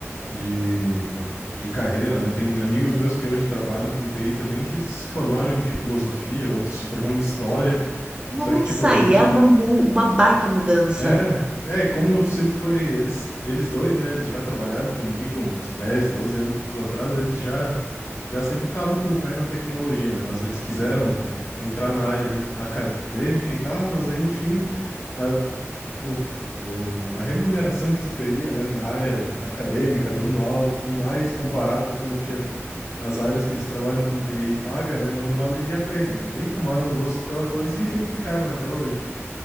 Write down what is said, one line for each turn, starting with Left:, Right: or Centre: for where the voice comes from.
Left: de, de carreira, né? Tem amigos meus que hoje trabalham com TI também, que eles se formaram em filosofia, outros se formaram em história.
Right: Nossa,
Left: Só que, tipo, a gente.
Right: e é uma, mu- uma baita mudança.
Left: É, é, como sempre foi, eles, eles dois, né? Eles já trabalharam comigo uns 10 12 anos atrás, eles já, já sempre estavam com o pé na tecnologia, né? Mas eles quiseram entrar na área ali acadêmica e tal, mas aí no fim, a, o, o- a remuneração que tu teria, né, na área acadêmica, dando aula e tudo mais, comparado com o
Right: Sim.
Left: que a- as áreas que eles trabalham com TI paga, né? Não valeria a pena, né? E aí tomaram gosto pela coisa e <laughs> ficaram até hoje.